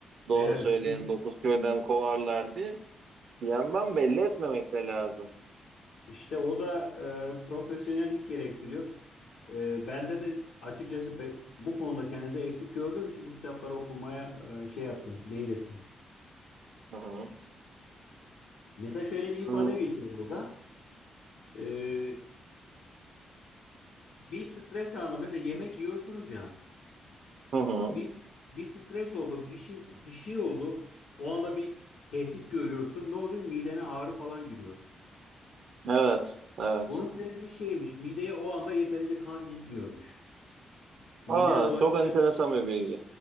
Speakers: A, on the right (about 70°); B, on the left (about 85°).
A: doğru
B: Evet.
A: söyleyen dokuz köyden kovarlar diye. Bir yandan belli etmemek de lazım.
B: İşte o da e, profesyonellik gerektiriyor. E, bende de açıkçası pek, bu konuda kendimde eksik gördüğüm için bu kitapları okumaya e, şey yaptım, mail ettim.
A: Hı hı.
B: Mesela şöyle bir ifade
A: Hı
B: geçiyor burada. E, bir stres anı, mesela yemek yiyorsunuz ya.
A: hı. hı.
B: Bir bir stres oldu, bir şey, bir şey oldu. O anda bir tehdit görüyorsun. Ne oluyor? Midene ağrı falan giriyor.
A: Evet, evet.
B: Bunun sebebi şeymiş, mideye o anda yeterince kan gitmiyormuş. Mide
A: Aa,
B: dolaşıyor.
A: çok enteresan bir bilgi.